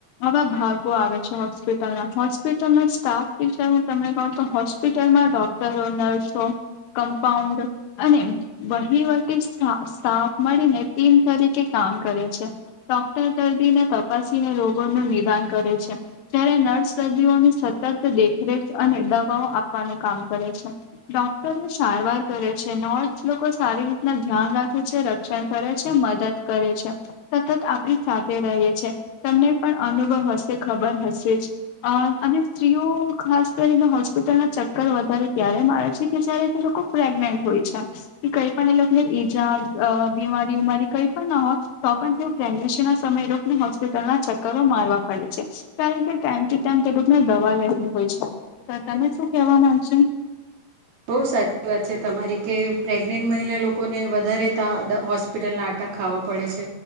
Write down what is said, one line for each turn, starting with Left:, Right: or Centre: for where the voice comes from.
Left: આવા ભાગો આવે છે હોસ્પિટલમાં હોસ્પિટલમાં સ્ટાફ બી છે હું તમને ક તો હોસ્પિટલ ડોક્ટરો નર્સો કમ્પાઉન્ડ અને વહીવ સ્ટાફ મળીને ટીમ તરીકે કામ કરે છે ડોક્ટર દર્દીને તપાસ રોગોનુંું નિદાન કરે છે ત્યારે નર્સ દર્દીઓની સતત દેખરેખ અને આપવાનું કામ કરે છે ડોક્ટરો સારવાર કરે છે નર્સ લોકો સારી રીતે ના ધ્યાન રાખે છે રક્ષણ કરે છે મદદ કરે છે સતત આપડી સાથે ર છે તમને પણ અનુભવ હશે ખબર હશે જ અને સ્ત્રીઓ ખાસ કરીને હોસ્પિટલ ચક્કર વધારે ત્યારે મળ આવે છે કે જયારે તે લોકો પ્રેગ્નેન્ટ હોય છે કે કઈ પણ એલે ઈજા બીમારી ઉમારી કઈ પણ ના હોત તો પણ તેઓ પ્રેગ્નેશન ના સમયે લોકોને હોસ્પિટલ ચક્ક મારવા પડે છે કારણ કે ટાઈમ ટુ ટાઈમડકને દવા લે હોય છે તમે શું કેવા માંગશેો
Right: બહુ સાચી વાત છે તમારી કે પ્રેગ્નેન્ટ મહિલા લોકોને વધારે ત હોસ્પિટલના આટા ખાવા પડે છે